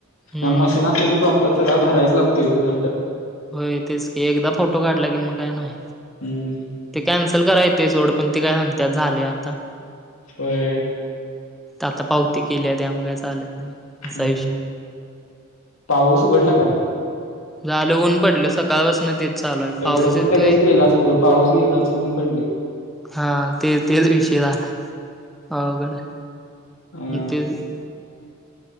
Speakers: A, in the centre; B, on the left.
A: हम्म
B: नाही मशीन असलं की प्रॉपर सगळा भरायच लागतोय तो दंड.
A: होय तेच की, एकदा फोटो काढला की मग काय नाही.
B: हम्म.
A: ते कॅन्सल कराय येतंय सोड पण ते काय सांगतात झालेय आता.
B: होय.
A: आता पावती केल्या त्यामुळं काही चालत नाही. असा
B: हम्म.
A: विषय
B: पाऊस उघडला काय?
A: झाल ऊन पडलं सकाळपासन तेच. चालू आहे पाऊस
B: इकडं पण
A: येतोय
B: लगेच गेलाच बघ, पाऊस गेलाच ऊन पडलंय.
A: हां ते तेच विषय झालाय, अवघड आहे.
B: अ
A: तेच